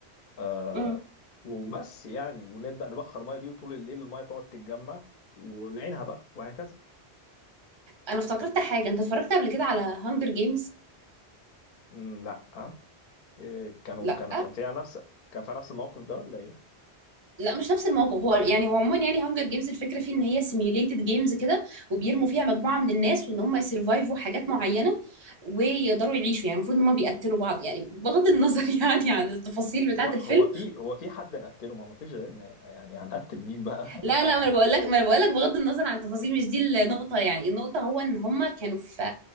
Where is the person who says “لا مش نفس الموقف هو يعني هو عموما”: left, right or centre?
Right